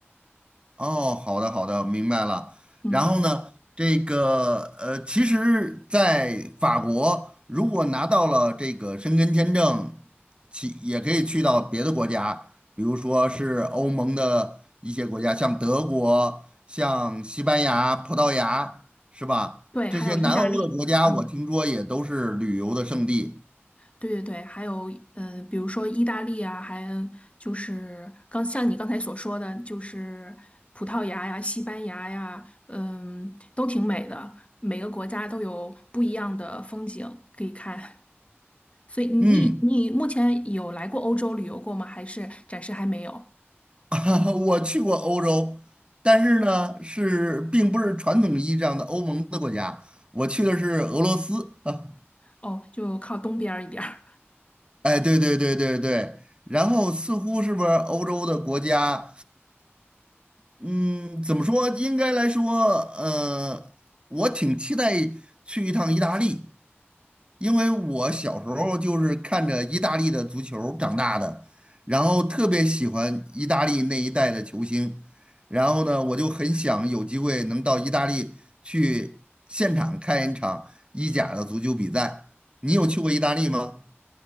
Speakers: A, on the right; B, on the left.
A: 哦，好的好的，明白了。
B: 嗯，
A: 然后呢，这个呃，其实，在法国，如果拿到了这个申根签证，其也可以去到别的国家，比如说是欧盟的一些国家，像德国、像西班牙、葡萄牙，是吧？
B: 对，
A: 这些南欧的国家，
B: 还有意大利，嗯，
A: 我听说也都是旅游的胜地。
B: 对对对，还有嗯，比如说意大利啊，还就是刚像你刚才所说的，就是葡萄牙呀、西班牙呀，嗯，都挺美的，每个国家都有不一样的风景可以看。所以你你目前有来过欧洲旅游过吗？
A: 嗯。
B: 还是暂时还没有？
A: <laughs> 啊，我去过欧洲，但是呢，是并不是传统意义上的欧盟的国家，我去的是俄罗斯。<laughs> 啊，
B: 哦，就靠东边儿一点儿。
A: 哎，对对对对对，然后似乎是不是欧洲的国家，嗯，怎么说？应该来说，呃，我挺期待去一趟意大利。因为我小时候就是看着意大利的足球长大的，然后特别喜欢意大利那一代的球星，然后呢，我就很想有机会能到意大利去现场看一场意甲的足球比赛。你有去过意大利吗？